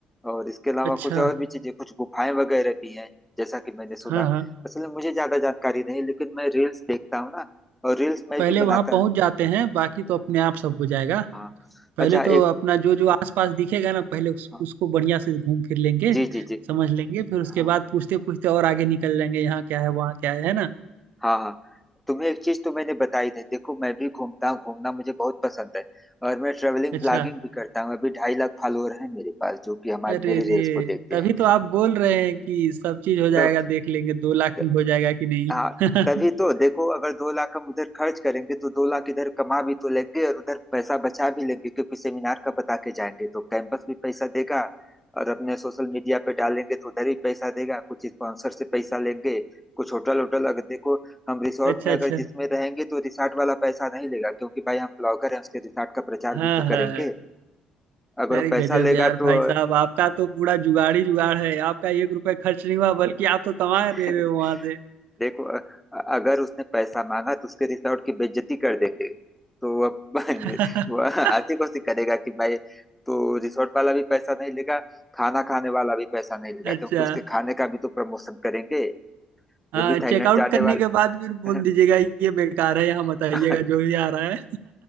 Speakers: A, in the centre; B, on the right (about 80°).
A: और इसके अलावा
B: अच्छा
A: कुछ और भी चीजें कुछ गुफाएं वगैरह भी हैं जैसा कि मैंने सुना
B: हाँ हाँ
A: असल में मुझे ज्यादा जानकारी नहीं लेकिन मैं रील्स देखता हूँ ना और रील्स मैं
B: पहले
A: भी बनाता
B: वहां पहुंच जाते हैं बाकी तो अपने आप सब हो जाएगा
A: हाँ
B: पहले
A: अच्छा
B: तो
A: एक
B: अपना जो जो आसपास दिखेगा ना पहले उस,
A: हाँ,
B: उसको बढ़िया से घूम फिर लेंगे
A: जी जी जी
B: समझ लेंगे फिर उसके
A: हाँ
B: बाद पूछते पूछते और आगे निकल जाएंगे यहाँ क्या है वहाँ क्या है है ना
A: हाँ हाँ तुम्हें एक चीज तो मैंने बताई नहीं देखो मैं भी घूमता हूँ घूमना मुझे बहुत पसंद है और मैं ट्रेवलिंग
B: अच्छा
A: ब्लॉगिंग भी करता हूँ अभी ढाई लाख फॉलोअर हैं मेरे पास जो कि हमारे
B: अरे
A: मेरे
B: रे
A: रील्स को देखते
B: तभी
A: हैं
B: तो आप बोल रहे हैं कि सब चीज हो जाएगा
A: तो,
B: देख लेंगे दो लाख
A: तो,
B: में हो जाएगा कि नहीं
A: हाँ तभी तो
B: <laughs>
A: देखो अगर दो लाख हम उधर खर्च करेंगे तो दो लाख इधर कमा भी तो लेंगे और उधर पैसा बचा भी लेंगे क्योंकि सेमिनार का बता के जाएंगे तो कैंपस भी पैसा देगा और अपने सोशल मीडिया पे डालेंगे तो उधर भी पैसा देगा कुछ स्पॉन्सर से पैसा लेंगे कुछ होटल होटल अगर देखो हम रिसोर्ट
B: अच्छा
A: में
B: अच्छा
A: अगर जिसमें रहेंगे तो रिसोर्ट वाला पैसा नहीं लेगा क्योंकि भाई हम ब्लॉगर हैं उसके रिसोर्ट का प्रचार
B: हाँ
A: भी तो
B: हाँ
A: करेंगे
B: हाँ।
A: अगर
B: अरे
A: वो पैसा
B: गजब
A: लेगा
B: यार
A: तो
B: भाई साहब आपका तो पूरा जुगाड़ ही जुगाड़ है आपका एक रुपया खर्च नहीं हुआ बल्कि आप तो कमा
A: <laughs>
B: रहे हो वहां से
A: देखो अ- अगर उसने पैसा मांगा तो उसके रिसोर्ट की बेइज्जती कर देंगे तो वह <laughs>
B: <laughs>
A: वह ऐसी कोशिश करेगा कि भाई तो रिसोर्ट वाला भी पैसा नहीं लेगा खाना खाने वाला भी पैसा नहीं लेगा
B: अच्छा
A: क्योंकि उसके खाने का भी तो प्रमोशन करेंगे
B: हाँ
A: जो भी थाईलैंड
B: चेकआउट
A: जाने
B: करने
A: वाले
B: के बाद फिर बोल
A: हैं।
B: दीजिएगा ये बेकार है यहाँ मत आइएगा
A: <laughs>
B: जो भी आ रहा है